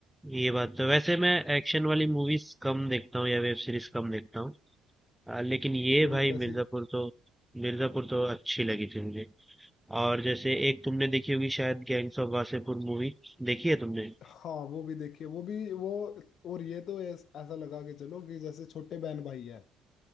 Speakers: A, in the centre; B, on the left.
A: ये बात तो वैसे मैं एक्शन वाली मूवीज कम देखता हूँ या वेब सीरीज कम देखता हूँ आ, लेकिन ये
B: तो
A: भाई
B: कैसे
A: मिर्जापुर तो मिर्जापुर तो अच्छी लगी थी मुझे और जैसे एक तुमने देखी होगी शायद गैंग्स ऑफ वासेपुर मूवी देखी है तुमने
B: हाँ वो भी देखिए वो भी वो और ये तो ऐस- ऐसा लगा के चलो कि जैसे छोटे बहन भाई है